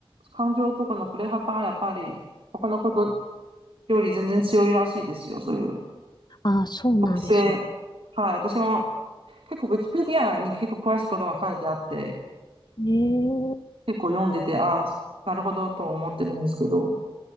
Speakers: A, on the right; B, on the left.
A: 感情とかの振れ幅がやっぱり他のことより全然強いらしいですよ、そういう
B: ああ、そうなんですね。
A: 特性。はい、私も結構ウィキペディアに結構詳しいことが書いてあって、
B: ええ
A: 結構読んでて、ああ、なるほどと思ってるんですけど。